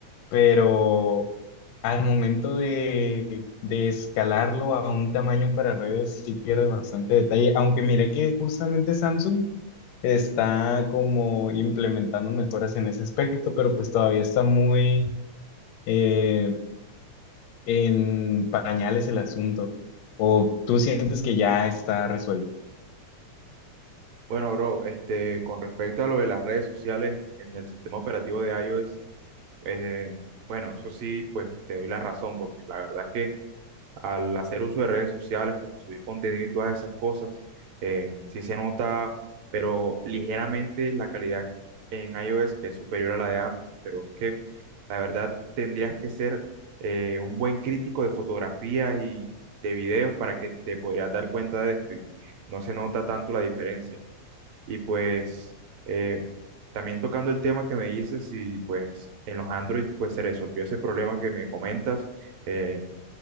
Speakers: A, on the left; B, on the right.
A: pero al momento de, de escalarlo a un tamaño para redes sí pierde bastante detalle, aunque mire que justamente Samsung está como implementando mejoras en ese aspecto, pero pues todavía está muy eh, en pañales el asunto. ¿O tú sientes que ya está resuelto?
B: Bueno, bro, este, con respecto a lo de las redes sociales en el sistema operativo de iOS, eh, bueno, eso sí, pues te doy la razón, porque la verdad es que al hacer uso de redes sociales, como subir contenido y todas esas cosas, eh, sí se nota, pero ligeramente la calidad en iOS que es superior a la de Android. Pero es que la verdad tendrías que ser eh, un buen crítico de fotografías y de videos para que te podrías dar cuenta de esto y no se nota tanto la diferencia. Y pues eh, también tocando el tema que me dices y pues en los Android pues se resolvió ese problema que me comentas. Eh,